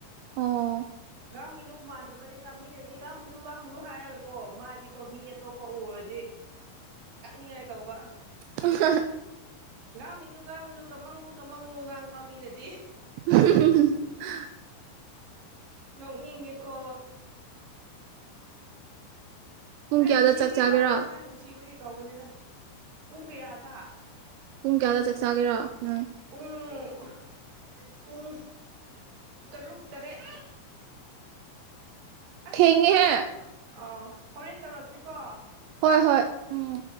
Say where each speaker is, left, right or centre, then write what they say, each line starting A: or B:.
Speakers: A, on the right; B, on the right.
A: ꯑꯣ
B: ꯉꯒ ꯃꯂ ꯃꯗꯕꯖꯦ ꯃꯤꯅꯗꯤ ꯥꯡꯕꯨꯁꯨꯨꯒꯥꯡꯕ꯭ꯔꯨ ꯍꯥꯏꯔꯒꯀꯣ ꯃꯥꯗꯤꯀꯣ ꯃꯤ ꯑꯇꯣꯞꯄ ꯎꯔꯗꯤ ꯀꯛꯅꯤꯡꯉꯥꯏ ꯇꯧꯕ
A: ꯑ
B: ꯀꯥꯡꯃꯤꯟꯂꯨ ꯀꯥꯡꯥꯡ ꯃꯟꯂꯨ ꯀꯃꯪꯂꯨ ꯀꯝꯃꯪꯂꯨ ꯉꯥꯡꯕ ꯃꯤꯅꯗꯤ
A: <inaudible>
B: ꯅꯣꯡꯃꯤ ꯌꯦꯀꯣ
A: ꯄꯨꯡ
B: ꯑꯔ
A: ꯀꯌꯥꯗ
B: ꯅꯨꯡꯁꯤꯕꯒꯤ
A: ꯆꯥꯛ ꯆꯥꯒꯦꯔꯥ
B: ꯀꯥꯎꯕꯅꯤꯅ ꯅꯨꯡꯁꯤꯕꯒꯤ ꯇꯧꯕꯅꯤꯅ ꯄꯨꯡ ꯀꯌꯥꯗ
A: ꯄꯨꯡ ꯀꯌꯥꯗ ꯆꯥꯛ ꯆꯥꯒꯦꯔꯣ ꯅꯣꯏ
B: ꯄꯨꯡ ꯄꯨꯡ ꯇꯔꯨꯛ ꯇꯔꯦꯠ ꯑꯁ
A: ꯊꯦꯡꯉꯦꯍꯦ
B: ꯍꯦꯟ ꯑ ꯍꯣꯔꯦꯟ ꯇꯧꯔꯛꯀꯦꯀꯣ ꯑ
A: ꯍꯣꯏ ꯍꯣꯏ ꯎꯝ